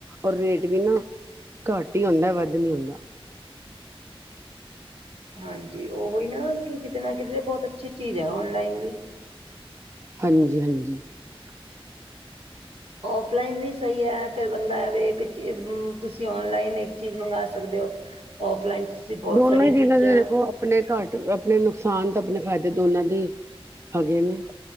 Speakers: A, on the right; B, on the right.
A: ਔਰ ਰੇਟ ਵੀ ਨਾ ਘੱਟ ਹੀ ਹੁੰਦਾ ਵੱਧ ਨੀ ਹੁੰਦਾ
B: ਹਾਂਜੀ ਉਹੀ ਨਾ ਕਿ ਕਿਤੇ ਨਾ ਕਿਤੇ ਬਹੁਤ ਅੱਛੀ ਚੀਜ਼ ਹੈ ਓਨਲਾਈਨ ਵੀ
A: ਹਾਂਜੀ -ਹਾਂਜੀ <inaudible>
B: ਔਫਲਾਈਨ ਵੀ ਸਹੀ ਏ ਫਿਰ ਬੰਦਾ ਐਵੇ ਇੱਕ ਚ ਤੁਸੀਂ ਔਨਲਾਈਨ ਇੱਕ ਚੀਜ਼ ਮੰਗਵਾ ਸਕਦੇ ਹੋ ਔਫਲਾਈਨ ਚ ਅਸੀ ਬਹੁਤ
A: ਦੋਨੋ
B: ਸਾਰੀਆਂ
A: ਹੀ
B: ਚੀਜ਼ਾਂ
A: ਦੇ ਦੇਖੋ ਆਪਣੇ ਘੱਟ ਆਪਣੇ ਨੁਕਸਾਨ ਤੇ ਆਪਣੇ ਦੋਨਾਂ ਦੇ ਹੈਗੇ ਨੇ